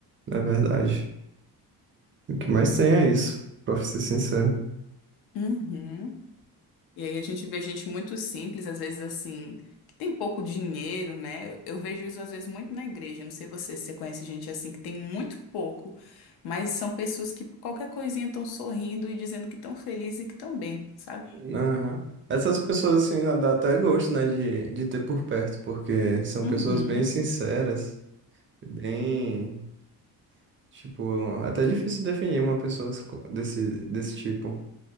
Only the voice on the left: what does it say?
Uhum. E aí a gente vê gente muito simples, às vezes assim, que tem pouco dinheiro, né? Eu eu vejo isso às vezes muito na igreja. Não sei você se você conhece gente assim que tem muito pouco, mas são pessoas que por qualquer coisinha estão sorrindo e dizendo que estão felizes e que estão bem, sabe?
Uhum.